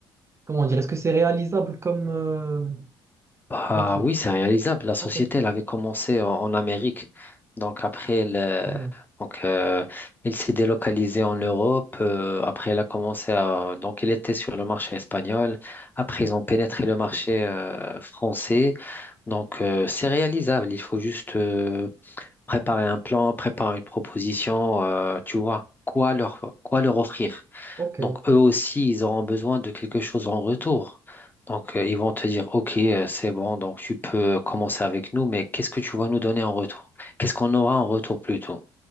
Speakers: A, on the right; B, on the left.
A: comment dire, est-ce que c'est réalisable comme, euh,
B: Bah
A: comme truc?
B: oui, c'est réalisable. La société,
A: Ok.
B: elle avait commencé en, en Amérique. Donc après, elle, euh,
A: Hmm,
B: donc, euh, elle s'est délocalisée en Europe. Euh, après, elle a commencé à... Donc, elle était sur le marché espagnol. Après, ils ont pénétré le marché euh, français. Donc, euh, c'est réalisable. Il faut juste euh, Préparer un plan, préparer une proposition, euh, tu vois, quoi leur, quoi leur offrir.
A: Ok,
B: Donc,
A: ok.
B: eux aussi, ils auront besoin de quelque chose en retour. Donc, euh, ils vont te dire, OK, euh, c'est bon, donc tu peux commencer avec nous, mais qu'est-ce que tu vas nous donner en retour? Qu'est-ce qu'on aura en retour plutôt?